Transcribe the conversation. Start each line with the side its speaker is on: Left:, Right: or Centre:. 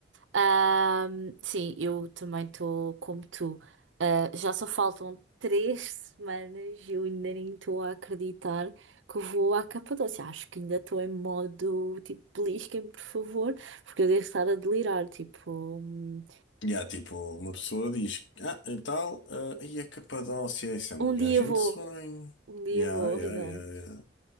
Right: Ahm, sim, eu também estou como tu. Ah, já só faltam três semanas e eu ainda nem estou a acreditar que vou à Capadócia. Acho que ainda estou em modo tipo, belisquem-me, por favor, porque eu devo estar a delirar. Tipo, um,
Left: E há tipo, uma pessoa diz, ah, e tal, ah, e a Capadócia, isso é uma
Right: um
Left: viagem
Right: dia vou,
Left: de sonho.
Right: um dia
Left: Yeah,
Right: vou,
Left: yeah,
Right: Rita.
Left: yeah, yeah.